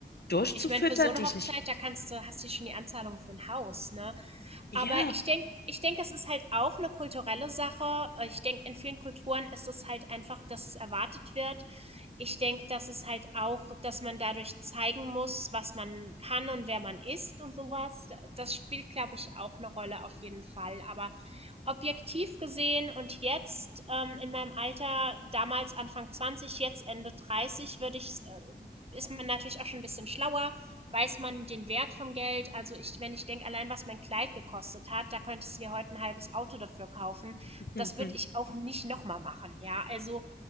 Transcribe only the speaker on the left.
durchzufüttern,
die
ich nicht.
Ja.
<laughs>